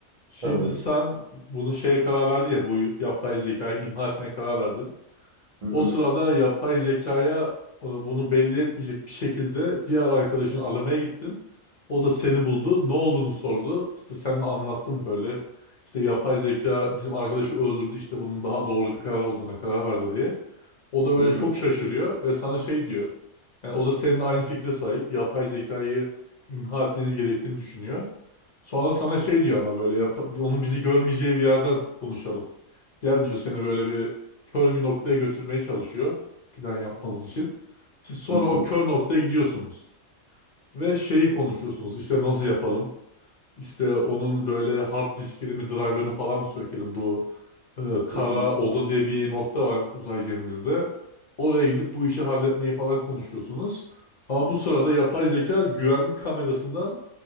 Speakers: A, on the left; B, on the right.
A: Şimdi
B: Tamam.
A: sen bunu şeye karar verdin ya bu yapay zekayı imha etmeye karar verdin.
B: Hı
A: O
B: hı.
A: sırada yapay zekaya e, bunu belli etmeyecek bir şekilde diğer arkadaşını aramaya gittin. O da seni buldu. Ne olduğunu sordu. İşte sen de anlattın böyle. İşte yapay zeka bizim arkadaşı öldürdü. İşte bunun daha doğru bir karar olduğuna karar verdi diye. O da böyle
B: Hı hı.
A: çok şaşırıyor ve sana şey diyor. Yani o da senin aynı fikre sahip. Yapay zekayı imha etmeniz gerektiğini düşünüyor. Sonra sana şey diyor ama böyle yap onun bizi görmeyeceği bir yerden konuşalım. Gel diyor seni böyle bir kör bir noktaya götürmeye çalışıyor. Plan yapmanız için. Siz sonra
B: Hı hı.
A: o kör noktaya gidiyorsunuz. Ve şeyi konuşuyorsunuz. İşte nasıl yapalım? İşte onun böyle hard diskini mi driver'ını falan mı sökelim? Bu e, kara
B: Hı hı.
A: oda diye bir nokta var uzay geminizde. Oraya gidip bu işi halletmeyi falan konuşuyorsunuz. Ama bu sırada yapay zeka güvenlik kamerasından